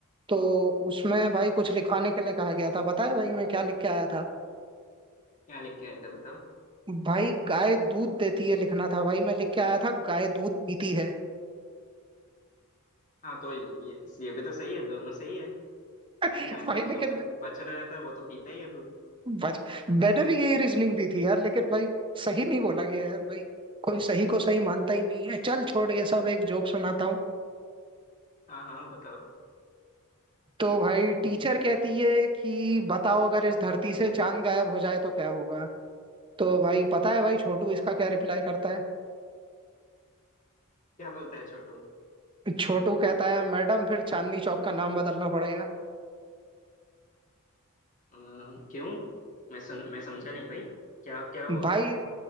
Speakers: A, on the right; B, on the left.
A: तो उसमें भाई कुछ लिखवाने के लिए कहा गया था बताए भाई मैं क्या लिख के आया था
B: क्या लिख के आए थे बताओ
A: भाई गाय दूध देती है लिखना था भाई मैं लिख के आया था गाय दूध पीती है
B: हाँ तो ये ये भी तो सही है दोनों सही है
A: <laughs>
B: गाय
A: भाई
B: का
A: लेकिन
B: जो बच,
A: मैं-
B: बछड़ा रहता है वो तो पीता ही है दूध
A: बच मैंने भी यही रीजनिंग दी थी यार लेकिन भाई सही नहीं बोला गया यार भाई कोई सही को सही मानता ही नहीं है चल छोड़ ये सब एक जोक सुनाता हूँ
B: हाँ हाँ बताओ
A: तो भाई टीचर कहती है कि बताओ अगर इस धरती से चांद गायब हो जाए तो क्या होगा तो भाई पता है भाई छोटू इसका क्या रिप्लाई करता है
B: क्या बोलता है छोटू अ,
A: छोटू कहता है मैडम फिर चांदनी चौक का नाम बदलना पड़ेगा
B: क्यों मैं सुन मैं समझा नहीं भाई क्या क्या हुआ
A: भाई
B: उधर